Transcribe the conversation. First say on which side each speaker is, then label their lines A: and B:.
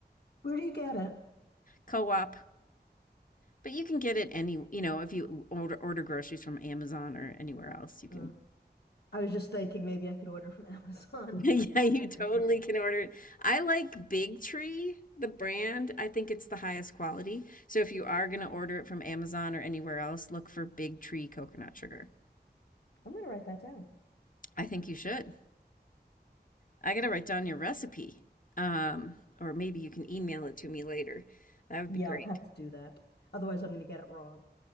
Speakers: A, on the left; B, on the left.
A: Where do you get it?
B: Co-op. But you can get it any, you know, if you order order groceries from Amazon or anywhere else, you can.
A: Hmm.
B: <laughs>
A: I was just thinking maybe I could order from <laughs> Amazon.
B: Yeah,
A: They have
B: you
A: everything.
B: totally can order it. I like Big Tree, the brand. I think it's the highest quality. So if you are going to order it from Amazon or anywhere else, look for Big Tree coconut sugar.
A: I'm gonna write that down.
B: I think you should. I got to write down your recipe. Um, or maybe you can email it to me later. That would
A: Yeah,
B: be great.
A: I'll have to do that. Otherwise, I'm gonna get it wrong.